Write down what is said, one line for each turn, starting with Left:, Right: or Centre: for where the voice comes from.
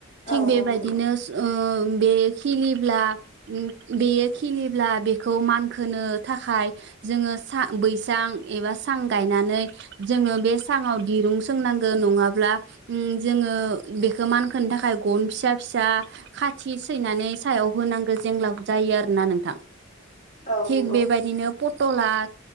Right: थिग
Left: औ
Right: बेबायदिनो
Left: औ नंगौ
Right: ओ बे खिलिब्ला बेयो खिलिब्ला बेखौ मानखोनो थाखाय जोङो सा बैसां एबा सां गायनानै जोङो बे साङाव दि दिरुं सोंनांगो नङाब्ला उम जोङो बेखौ मानखोनो थाखाय गन फिसा फिसा खाथि सैनानै सायाव होनांगौ जेंलाब जायो आरोना नोंथां।
Left: औ
Right: थिग
Left: नंगौ।
Right: बेबायदिनो पटला